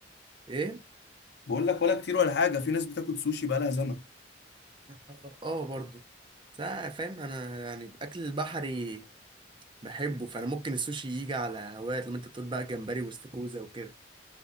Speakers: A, on the right (about 25°); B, on the left (about 60°).
A: ايه
B: بقول لك ولا كتير ولا حاجه في ناس بتاكل سوشي بقالها زمن
A: اه اه برضه بس انا فاهم انا يعني الاكل البحري بحبه فانا ممكن السوشي يجي على هوايات لما انت تقول بقى جمبري واستاكوزا وكده